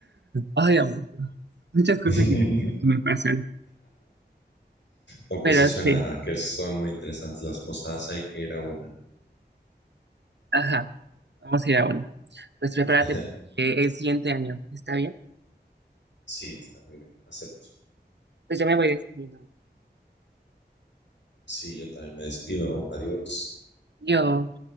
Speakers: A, on the right; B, on the left.
A: ay, amor, muchas cosas
B: <laughs>
A: que me, que me pasan.
B: No,
A: Pero
B: pues sí suena
A: sí,
B: que son muy interesantes las posadas. Hay que ir a una.
A: ajá, vamos a ir a una. Pues prepárate
B: <laughs>
A: eh, el siguiente año, ¿está bien?
B: Sí, está muy bien. Acepto.
A: Pues ya me voy despidiendo.
B: Sí, yo también me despido. Adiós.
A: Yo